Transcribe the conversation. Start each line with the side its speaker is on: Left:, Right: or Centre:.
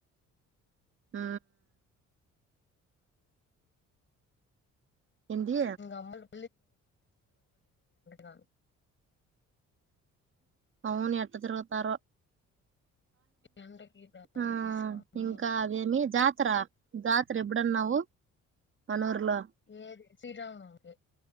Right: హ ఏంది
Left: ఆమ్మల్ గాని
Right: అవును ఎట్ట తిరుగుతారో
Left: ఎండకి దానికి
Right: ఆ
Left: స్వామి
Right: ఇంకా అదేమి జాతర జాతర ఎప్పుడన్నావు మనుర్లో
Left: ఏది శ్రీరామనవమికి